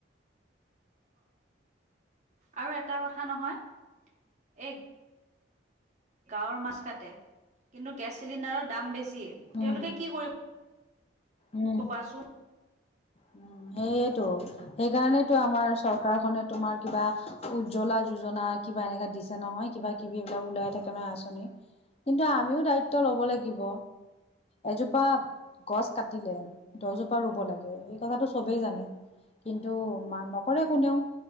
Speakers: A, on the right (about 35°); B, on the left (about 30°).
A: অ'আৰু এটা কথা নহয়? এই গাঁৱৰ মাছ কাতে, কিন্তু গেছ চিলিণ্ডাৰৰ দাম বেছি
B: উম,
A: তেওঁলোকে কি কৰিব
B: উম।
A: ক কোৱাচোন?
B: উম, সেইয়টো। সেইকাৰণেতো আমাৰ চৰকাৰখনে তোমাৰ কিবা উজ্জ্বলা যোজনা কিবা এনেকা দিছে নহয় কিবা কিবি এইবিলাক ওলাই থাকে নহয় আঁচনি। কিন্তু আমিও দায়িত্ব ল'ব লাগিব। এজোপা গছ কাটিলে দহজোপা ৰুব লাগে এই কথাটো চবেই জানে। কিন্তু মা নকৰে কোনেও